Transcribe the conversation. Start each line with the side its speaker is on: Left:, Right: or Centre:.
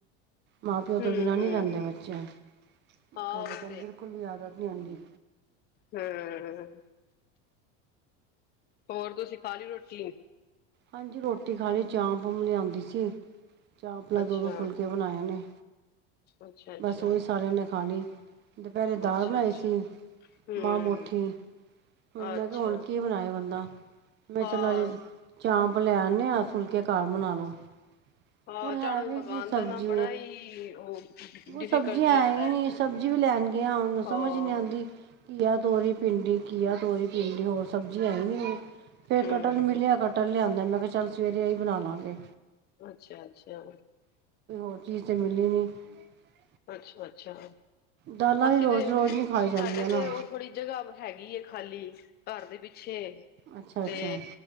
Right: ਮਾਂ ਪਿਓ
Left: ਹੂੰ
Right: ਤੋਂ ਬਿਨਾਂ
Left: ਹੂੰ
Right: ਨਹੀਂ ਰਹਿੰਦੇ ਬੱਚੇ
Left: ਹਾਂ
Right: ਕਈ
Left: ਉਹ
Right: ਬੱਚਿਆਂ ਨੂੰ ਬਿਲਕੁਲ ਵੀ ਆਦਤ ਨਹੀਂ ਹੁੰਦੀ।
Left: ਹਮ-ਹਮ। ਹੋਰ ਤੁਸੀ ਖਾਲੀ ਰੋਟੀ।
Right: ਹਾਂਜੀ ਰੋਟੀ ਖਾਲੀ ਚਾਪ ਲਿਆਂਦੀ ਸੀ। ਚਾਹ ਭਲਾ
Left: ਅੱਛਾ
Right: ਦੋ ਦੋ ਫੁਲਕੇ ਬਣਾਏ ਨੇੇ।
Left: ਅੱਛਾ ਅੱਛਾ
Right: ਬਸ ਇਹ ਸਾਰਿਆਂ ਨੇ ਖਾ ਲਈ। ਦੁਪਹਿਰੇ ਦਾਲ
Left: ਅੱਛਾ
Right: ਬਣਾਈ
Left: ਅੱਛਾ
Right: ਸੀ
Left: ਹੂੰ
Right: ਮਾਂ ਮੁੱਠੀ। ਮੈਂ
Left: ਅੱਛਾ
Right: ਕਿਹਾ ਹੁਣ ਕੀ ਬਣਾਇਆ ਬੰਦਾ ਮੈਂ
Left: ਹਾਂ
Right: ਚਲਾ ਅੱਜ ਚਾਪ। ਲਿਆਨੇ ਆ ਫੂਲਕੇ ਘਰ ਬਣਾ ਲਓ।
Left: ਹਾਂ
Right: ਹੋਰ ਹੈ
Left: ਝਾੜੂ
Right: ਵੀ
Left: ਪਕਾਣ
Right: ਕੀ ਸਬਜ਼ੀ
Left: ਦਾ ਨਾ ਬੜਾ ਹੀ ਉਹ
Right: ਉਹ
Left: ਡਿਫੀਕਲਟ
Right: ਸਬਜ਼ੀ ਐ
Left: ਲੱਗਦਾ
Right: ਹੀ ਨੀ
Left: ਹੈ।
Right: ਸਬਜ਼ੀ ਵੀ। ਲੈਣ ਗਿਆ ਉਹਨੂੰ
Left: ਹਾਂ
Right: ਸਮਝ ਨਹੀਂ ਆਉਂਦੀ ਘਿਆ ਤੋਰੀ। ਪਿੰਡੀ, ਘਿਆ, ਤੋਰੀ ਟਿੰਡੇ ਹੋਰ ਸਬਜ਼ੀ ਐ ਨਹੀ ਫਿਰ
Left: ਹੂੰ
Right: ਕਟਲ ਮਿਲਿਆ ਕਟਲ ਲਿਆਦਾ। ਮੈਂ ਕਿਹਾ ਚੱਲ ਸਵੇਰੇ ਇਹੀ ਬਣਾ ਲਵਾਂਗੇ।
Left: ਅੱਛਾ ਅੱਛਾ।
Right: <inaudible> <inaudible> <unintelligible> <unintelligible>
Left: ਅੱਛਾ ਅੱਛਾ।
Right: ਦਾਲਾਂ
Left: ਅਸੀਂ
Right: ਵੀ ਰੋਜ਼ ਰੋਜ਼ ਨਹੀਂ ਖਾਈ ਜਾਂਦੀਆਂ
Left: ਸਾਡੇ
Right: ਨਾ
Left: ਤੇ ਉਹ ਥੋੜੀ ਜਗ੍ਹਾ ਹੈਗੀ ਏ। ਖਾਲੀ ਘਰ ਦੇ ਪਿੱਛੇ
Right: ਅੱਛਾ ਅੱਛਾ
Left: ਤੇ